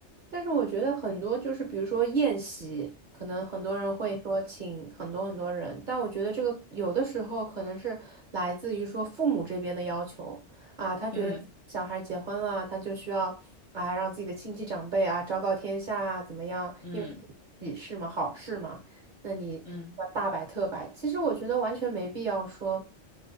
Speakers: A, on the right; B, on the left.
A: 但是我觉得很多就是，比如说宴席，可能很多人会说请很多很多人，但我觉得这个有的时候可能是来自于说父母这边的要求啊，他觉得小孩结婚了，
B: 嗯
A: 他就需要啊让自己的亲戚长辈啊昭告天下啊怎么样，
B: 嗯
A: 因为喜事嘛，好事嘛，那你要大摆特摆，
B: 嗯。
A: 其实我觉得完全没必要说